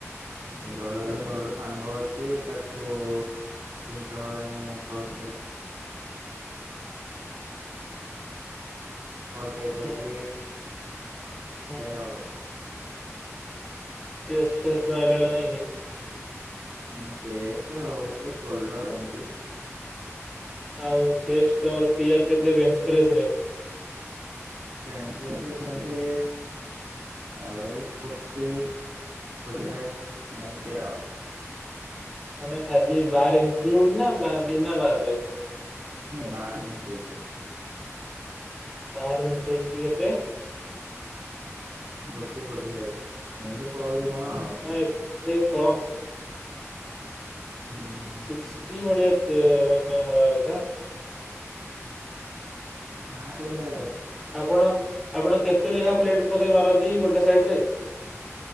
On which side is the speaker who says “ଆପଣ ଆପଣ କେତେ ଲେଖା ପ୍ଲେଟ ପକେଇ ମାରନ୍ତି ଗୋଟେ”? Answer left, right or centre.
Centre